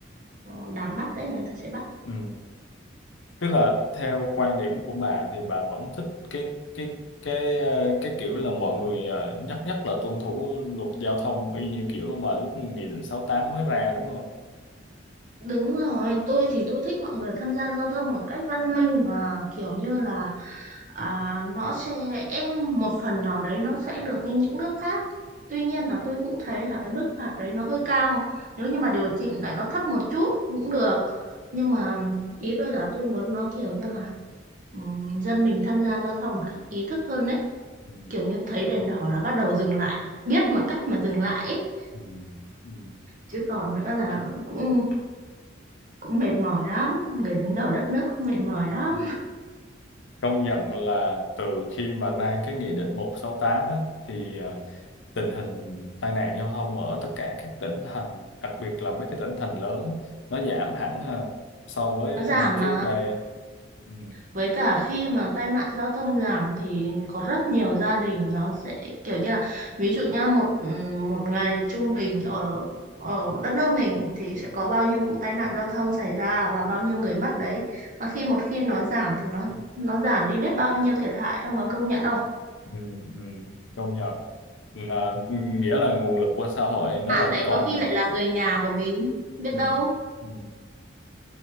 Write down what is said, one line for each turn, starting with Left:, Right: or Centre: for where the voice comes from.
Right: ờ, đáng bắt đấy người ta sẽ bắt
Left: ừ. tức là theo quan điểm của bà thì bà vẫn thích cái cái cái ờ, cái kiểu là mọi người ờ, nhất nhất là tuân thủ luật giao thông y như kiểu mà lúc nghị định sáu tám mới ra đúng không
Right: Đúng rồi, tôi thì tôi thích mọi người tham gia giao thông một cách văn minh và kiểu như là à, nó sẽ một phần nào đấy nó sẽ được như những nước khác. Tuy nhiên là tôi cũng thấy là cái mức phạt đấy nó hơi cao. Nếu như mà điều chỉnh lại nó thấp một chút cũng được. Nhưng mà ý tôi là tôi muốn nó kiểu như là ừm, dân mình tham gia giao thông một cách ý thức hơn đấy.
Left: Ừ,
Right: Kiểu như thấy đèn đỏ là bắt đầu dừng lại, biết mà cách mà dừng lại ấy.
Left: ừ, ừ,
Right: Chứ còn nữa là cũng cũng mệt mỏi lắm người đứng đầu đất nước cũng mệt mỏi lắm
Left: ừ. công nhận là từ khi mà ra cái nghị định 168 á, thì ờ, tình hình tai nạn giao thông ở tất cả các tỉnh thành đặc biệt là mấy cái tỉnh thành lớn á, nó giảm hẳn ha, so với
Right: nó giảm
Left: ờ, trước
Right: mà
Left: đây ừ,
Right: với cả khi mà tai nạn giao thông giảm thì có rất nhiều gia đình nó sẽ kiểu như là ví dụ nha một ừ, một ngày trung bình ở ở đất nước mình thì sẽ có bao nhiêu vụ tai nạn giao thông xảy ra và bao nhiêu người mất đấy mà khi một khi nó giảm thì nó nó giảm đi biết bao nhiêu thiệt hại ông có công nhận không
Left: ừ, ừ, công nhận là ừ, nghĩa là nguồn lực của xã hội nó
Right: bạn
Left: vẫn
Right: đấy
Left: còn
Right: có khi lại là người nhà của mình biết
Left: ừ,
Right: đâu
Left: ừ.